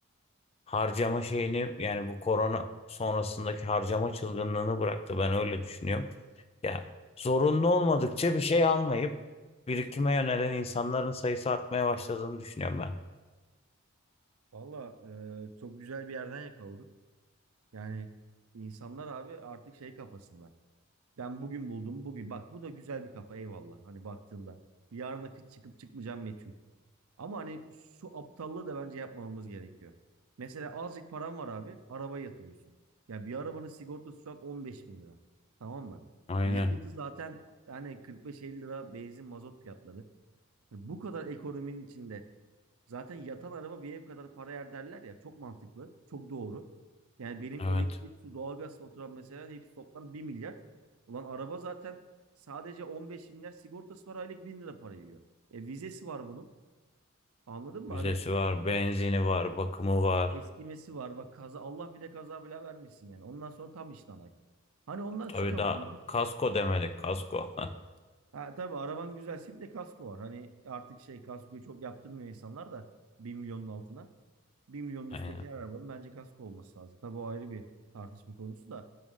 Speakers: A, on the left; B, on the right.
A: Harcama şeyini yani bu korona sonrasındaki harcama çılgınlığını bıraktı. Ben öyle düşünüyorum. Ya zorunlu olmadıkça bir şey almayıp birikime yönelen insanların sayısı artmaya başladığını düşünüyorum ben.
B: Valla e, çok güzel bir yerden yakaladık. Yani insanlar abi artık şey kafasında. Ben bugün buldum bugün. Bak bu da güzel bir kafa eyvallah. Hani baktığında yarına kı- çıkıp çıkmayacağım meçhul. Ama hani şu aptallığı da bence yapmamamız gerekiyor. Mesela azıcık param var abi. Arabaya yatırıyorsun. Ya bir arabanın sigortası şu an 15 bin lira. Tamam mı?
A: Aynen.
B: Yakıtı zaten yani 45-50 lira benzin mazot fiyatları. Bu kadar ekonominin içinde Zaten yatan araba bir ev kadar para yer derler ya. Çok mantıklı. Çok doğru. Yani benim
A: Evet.
B: elektrik, su, doğalgaz faturam mesela hepsi toplam bir milyar. Ulan araba zaten sadece 15 milyar sigortası var aylık 1000 lira para yiyor. E vizesi var bunun. Anladın mı?
A: Vizesi
B: Hani
A: var, benzini var, bakımı var.
B: eskimesi var. Bak kaza Allah bir de kaza bile vermesin yani. Ondan sonra tam işten ay. Hani ondan
A: Tabii
B: şu kafada.
A: daha kasko demedik kasko. <laughs>
B: Ha, tabii araban güzelse bir de kasko var. Hani artık şey kaskoyu çok yaptırmıyor insanlar da bir milyonun altına. Bir milyonun
A: Aynen.
B: üstteki her arabanın bence kasko olması lazım. Tabii o ayrı bir tartışma konusu da.